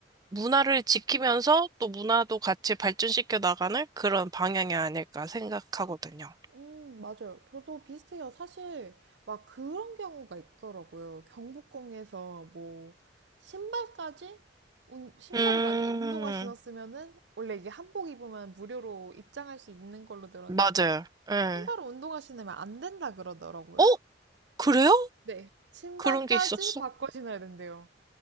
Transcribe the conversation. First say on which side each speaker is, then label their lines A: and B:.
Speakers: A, on the right; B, on the right.
A: 문화를 지키면서 또 문화도 같이 발전시켜 나가는 그런 방향이 아닐까 생각하거든요.
B: 음, 맞아요. 저도 비슷해요. 사실, 막 그런 경우가 있더라고요. 경복궁에서 뭐, 신발까지? 운- 신발을
A: 음,
B: 만약에 운동화 신었으면은, 원래 이게 한복 입으면 무료로 입장할 수 있는 걸로 들었는데,
A: 맞아요. 예.
B: 신발을 운동화 신으면 안 된다 그러더라고요.
A: 어? 그래요?
B: 네. 신발까지
A: 그런 게 있었어?
B: 바꿔 신어야 된대요.